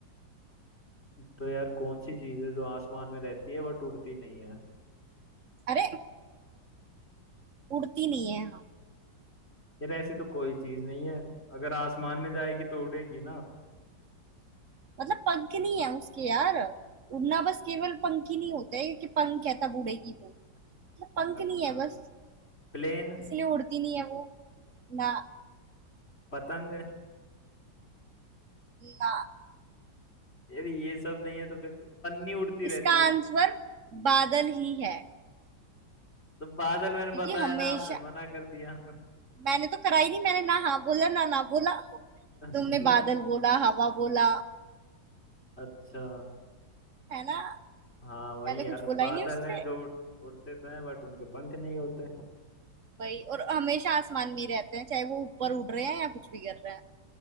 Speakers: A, on the left; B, on the right.
A: तो यार कौन सी चीज है जो आसमान में रहती है बट उड़ती नहीं है
B: अरे उड़ती नहीं है हाँ
A: यार ऐसी तो कोई चीज नहीं है अगर आसमान में जाएगी तो उड़ेगी ना
B: मतलब पंख नहीं है उसके यार उड़ना बस केवल पंख ही नहीं होते क्योंकि पंख है तब उड़ेगी वो पंख
A: अच्छा
B: नहीं है बस
A: प्लेन
B: इसलिए उड़ती नहीं है वो ना
A: पतंग
B: ना
A: यार ये सब नहीं है तो फिर पन्नी उड़ती
B: इसका
A: रहती है
B: आंसर बादल ही है
A: तो बादल मैंने
B: क्योंकि
A: बताया
B: हमेशा
A: ना आपने मना कर दिया
B: मैंने तो कराई नहीं मैंने ना हाँ बोला ना ना बोला तुमने
A: <laughs>
B: बादल बोला हवा बोला
A: अच्छा
B: है ना
A: हाँ वही
B: मैंने
A: यार
B: कुछ बोला
A: बादल
B: ही नहीं उससे
A: हैं जो उड़ उड़ते तो हैं बट उनके पंख नहीं होते
B: वही और हमेशा आसमान में ही रहते हैं चाहे वो ऊपर उड़ रहे हैं या कुछ भी कर रहे हैं